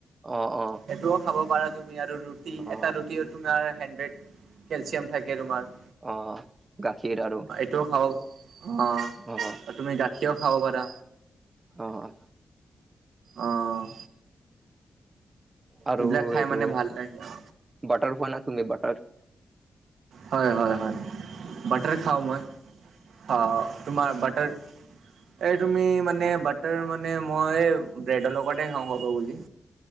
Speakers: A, on the right; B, on the right.
A: অ অ
B: এইটোও খাব পাৰা তুমি আৰু ৰুটি
A: অ
B: এটা ৰুটি তুমাৰ হেড এক কেলচিয়াম থাকে তোমাৰ।
A: অ গাখীৰ আৰু
B: সেইটো ও খাও অ,
A: অ অ
B: তুমি গাখীও খাব পাৰা।
A: অ অ
B: অঁ
A: আৰু
B: এইবিলাক খাই
A: এইটো
B: মানে ভাল লাগে অ
A: বাটাৰ খোৱা না তুমি বাটাৰ?
B: হয় হয় হয়, বাটাৰ খাওঁ মই অ তোমাৰ বাটাৰ এই তুমি মানে বাটাৰ মানে মই ব্ৰেডৰ লগতে খাওঁ কব গলি।